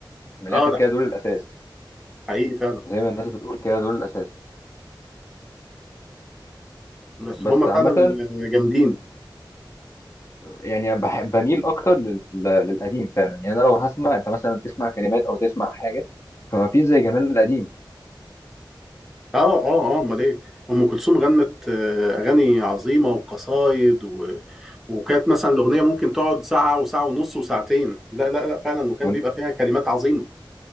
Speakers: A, on the left (about 35°); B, in the centre.
A: من الاخر
B: اه
A: كده
B: ده
A: دول الاساس
B: حقيقي فعلا
A: زي ما الناس بتقول كده دول الاساس
B: بس
A: بس
B: هم فعلا
A: عامه
B: جامدين
A: يعني بح- بميل اكتر لل... للقديم فعلا يعني انا لو هسمع انت مثلا تسمع كلمات او تسمع حاجه فما فيش زي جمال القديم
B: اه اه اه امال ايه ام كلثوم غنت آه، اغاني عظيمه وقصايد و... وكانت مثلا الاغنيه ممكن تقعد ساعه وساعه ونص وساعتين لا لا لا فعلا وكان
A: وال-
B: بيبقى فيها كلمات عظيمه